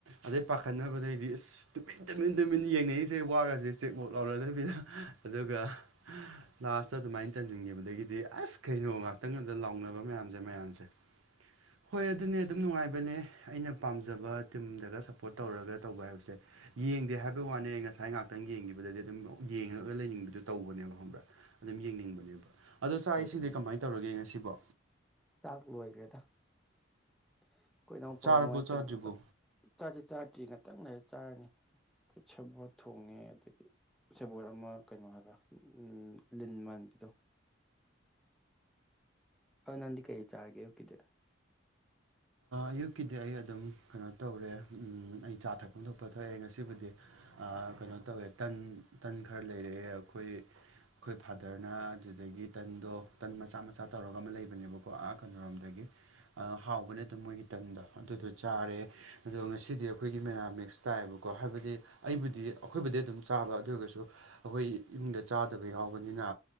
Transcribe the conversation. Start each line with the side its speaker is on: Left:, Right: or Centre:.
Right: ꯑꯗꯩ ꯄꯥꯈꯠꯅꯕꯗꯩꯗꯤ ꯑꯁ ꯇꯨꯃꯤꯟ ꯇꯨꯃꯤꯟ ꯇꯨꯃꯤꯟ ꯌꯦꯡꯅꯔꯤꯁꯦ ꯋꯥꯒꯁꯦ ꯆꯦꯛ ꯃꯨꯛ ꯂꯥꯎꯅꯗꯕꯤꯗ꯫ ꯑꯗꯨꯒ꯫ ꯂꯥꯁꯇ ꯑꯗꯨꯃꯥꯏꯅ ꯆꯟꯁꯤꯟꯈꯤꯕꯒꯤꯗꯤ ꯑꯁ ꯀꯩꯅꯣ ꯉꯥꯛꯇꯪ ꯑꯗꯨꯗ ꯂꯥꯎꯅꯕ ꯃꯌꯥꯝꯁꯦ ꯃꯌꯥꯝꯁꯦ꯫ ꯍꯣꯏ ꯑꯗꯨꯅꯦ ꯑꯗꯨꯝ ꯅꯨꯡꯉꯥꯏꯕꯅꯦ꯫ ꯑꯩꯅ ꯄꯥꯝꯖꯕ ꯇꯤꯝꯗꯒ ꯁꯞꯄꯣꯔꯠ ꯇꯧꯔꯒ ꯇꯧꯕ ꯍꯥꯏꯕꯁꯦ꯫ ꯌꯦꯡꯗꯦ ꯍꯥꯏꯕꯩ ꯋꯥꯅꯦ ꯉꯁꯥꯏ ꯉꯥꯏꯍꯥꯛꯇꯪ ꯌꯦꯡꯈꯤꯕꯗꯗꯤ ꯑꯗꯨꯝ ꯌꯦꯡꯉꯒ ꯂꯩꯅꯤꯡꯗꯔꯦ ꯇꯧꯕꯅꯦꯕ ꯈꯪꯕ꯭ꯔꯥ꯫ ꯑꯗꯨꯝ ꯌꯦꯡꯅꯤꯡꯕꯅꯦꯕ ꯑꯗꯣ ꯆꯥꯛ
Centre: ꯍꯣꯏ
Right: ꯏꯁꯤꯡꯗꯤ
Centre: ꯑꯗꯨꯅꯤ
Right: ꯀꯃꯥꯏꯅ ꯇꯧꯔꯒꯦ ꯉꯁꯤꯕꯣ꯫
Centre: ꯆꯥꯛ ꯂꯣꯏꯈ꯭ꯔꯦꯗ ꯑꯥꯈꯣꯏ ꯏꯅꯥꯎꯄ
Right: ꯆꯥꯔꯕꯣ
Centre: ꯃꯣꯏ ꯀꯩꯅꯣꯗꯨ
Right: ꯆꯥꯗ꯭ꯔꯤꯕꯣ
Centre: ꯫ ꯆꯥꯗꯤꯦ ꯆꯥꯗ꯭ꯔꯤ ꯉꯥꯛꯇꯪ ꯂꯩꯔ ꯆꯥꯔꯅꯤ ꯑꯩꯈꯣꯏ ꯁꯕꯣꯠ ꯊꯣꯡꯉꯦ ꯑꯗꯒꯤ ꯁꯦꯕꯣꯠ ꯑꯃ ꯀꯩꯅꯣ ꯍꯥꯏꯕ ꯂꯤꯟ ꯃꯥꯟꯕꯤꯗꯣ꯫ ꯑꯗꯣ ꯅꯪꯗꯤ ꯀꯩ ꯆꯥꯔꯒꯦ ꯑꯌꯨꯛꯀꯤꯗꯤ꯫
Right: ꯑꯌꯨꯛꯀꯤꯗꯤ ꯑꯩ ꯑꯗꯨꯝ ꯀꯩꯅꯣ ꯇꯧꯔꯦ ꯑꯩ ꯆꯥ ꯊꯛꯐꯝ ꯊꯣꯛꯄ ꯊꯥꯛꯑꯦ ꯉꯁꯤꯕꯨꯗꯤ꯫ ꯀꯩꯅꯣ ꯇꯧꯋꯦ ꯇꯟ ꯇꯟ ꯈꯔ ꯂꯩꯔꯛꯑꯦ ꯑꯩꯈꯣꯏ꯫ ꯑꯩꯈꯣꯏ ꯐꯥꯗꯔꯅ ꯑꯗꯨꯗꯒꯤ ꯇꯟꯗꯣ ꯇꯟ ꯃꯆꯥ ꯃꯆꯥ ꯇꯧꯔꯒ ꯑꯃ ꯂꯩꯕꯅꯦꯕꯀꯣ ꯑꯥ ꯀꯩꯅꯔꯣꯝꯗꯒꯤ꯫ ꯍꯥꯎꯕ ꯅꯠꯇꯕ ꯃꯣꯏꯒꯤ ꯇꯝꯗꯣ ꯑꯗꯨꯗꯣ ꯆꯥꯔꯦ꯫ ꯑꯗꯣ ꯉꯁꯤꯗꯤ ꯑꯩꯈꯣꯏꯒꯤ ꯃꯦꯅꯥꯃꯤꯛꯁ ꯇꯥꯏꯌꯦꯕꯀꯣ ꯍꯥꯏꯕꯗꯤ꯫ ꯑꯩꯕꯨꯗꯤ ꯑꯩꯈꯣꯏꯕꯨꯗꯤ ꯑꯗꯨꯝ ꯆꯥꯕ ꯑꯗꯨ ꯑꯣꯏꯔꯒꯁꯨ ꯑꯩꯈꯣꯏ ꯏꯃꯨꯡꯗ ꯆꯥꯗꯕ ꯌꯥꯎꯕꯅꯤꯅ꯫